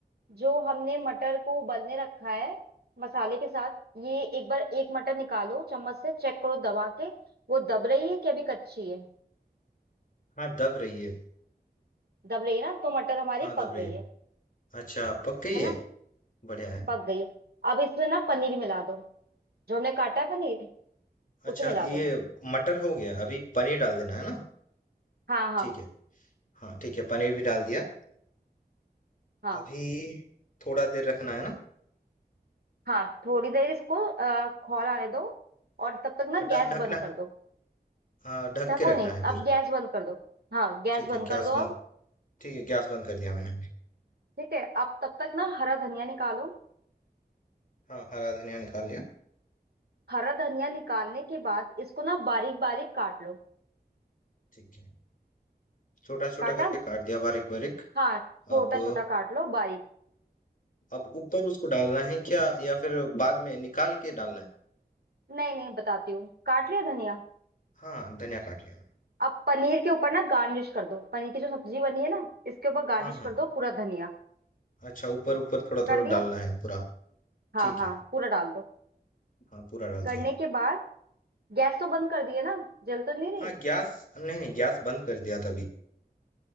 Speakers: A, on the right; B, on the left.
A: जो हमने मटर को उबलने रखा है मसाले के साथ ये एक बार एक मटर निकालो चम्मच से चेक करो दबा के वो दब रही है कि अभी कच्ची है
B: हाँ, दब रही है।
A: दब रही है ना तो मटर हमारी
B: हाँ, दब
A: पक
B: रही
A: गई
B: है।
A: है
B: अच्छा, पक गई
A: है
B: है?
A: ना
B: बढ़िया है।
A: पक गई है। अब इसमें ना पनीर मिला दो जो हमने काटा है पनीर उसे
B: अच्छा,
A: मिला
B: ये
A: दो
B: मटर हो गया अभी पनीर डाल देना है ना?
A: हाँ हाँ
B: ठीक है। हाँ, ठीक है, पनीर भी डाल दिया।
A: हाँ
B: अभी थोड़ा देर रखना है ना?
A: हाँ थोड़ी देर इसको अ, खौल आने दो और तब तक ना
B: ढ
A: गैस
B: ढकना
A: बंद कर दो
B: हाँ, ढक
A: ढको
B: के रखना
A: नहीं
B: है फिर।
A: अब गैस बंद कर दो हाँ गैस
B: ठीक है,
A: बंद
B: गैस
A: कर दो
B: बंद
A: अब
B: ठीक है, गैस बंद कर दिया मैंने।
A: ठीक है अब तब तक ना हरा धनिया निकालो
B: हाँ हरा धनिया निकाल लिया
A: हरा धनिया निकालने के बाद इसको ना बारीक बारीक काट लो
B: ठीक है छोटा छोटा
A: काटा
B: करके काट दिया बारीक बारीक
A: हाँ छोटा
B: अब
A: छोटा काट लो बारीक
B: अब ऊपर उसको डालना है क्या या फिर बाद में निकाल के डालना है
A: नहीं नहीं बताती हूँ काट लिया धनिया
B: हाँ धनिया काट लिया मैंने
A: अब पनीर के ऊपर ना गार्निश कर दो पनीर की जो सब्जी बनी है ना इसके ऊपर गार्निश
B: हाँ हाँ
A: कर दो पूरा धनिया
B: अच्छा ऊपर ऊपर थोड़ा
A: कर
B: थोड़ा
A: दिया
B: डालना है पूरा
A: हाँ
B: ठीक
A: हाँ
B: है
A: पूरा डाल दो
B: हाँ पूरा डाल
A: करने
B: दिया
A: के बाद गैस तो बंद कर दिया ना जल तो नहीं रही
B: हाँ गैस नहीं नहीं गैस बंद कर दिया था अभी